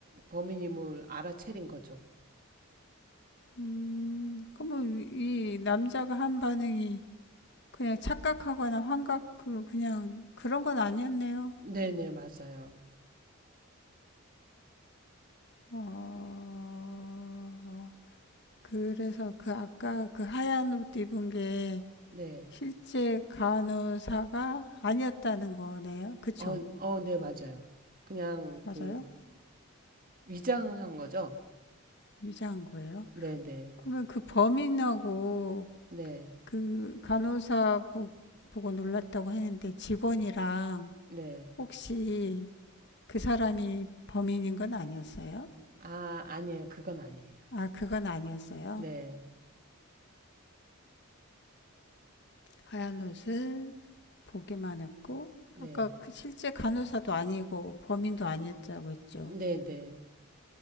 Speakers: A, on the right; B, on the left.
A: 범인임을 알아채린 거죠.
B: 음, 그러면 이 남자가 한 반응이 그냥 착각하거나 환각, 그- 그냥 그런 건 아니었네요.
A: 네네, 맞아요.
B: 어, 그래서 그 아까 그 하얀 옷 입은 게
A: 네.
B: 실제 간호사가 아니었다는 거네요. 그쵸?
A: 어, 어, 네, 맞아요. 그냥
B: 맞아요?
A: 그 위장한 거죠?
B: 유자한 거예요.
A: 네네. 네.
B: 그러면 그 범인하고
A: 네.
B: 그 간호사 보, 보고 놀랐다고 했는데 직원이랑
A: 네.
B: 혹시 그 사람이 범인인 건 아니었어요?
A: 아, 아니에요. 그건 아니에요.
B: 아, 그건 아니었어요.
A: 네.
B: 하얀 옷을 보기만 했고,
A: 네.
B: 아까 그 실제 간호사도 아니고 범인도 아니었다고 했죠.
A: 네네.